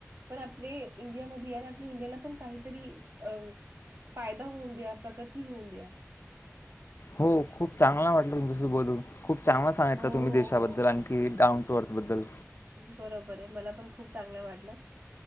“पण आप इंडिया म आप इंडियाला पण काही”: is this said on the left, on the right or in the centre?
Right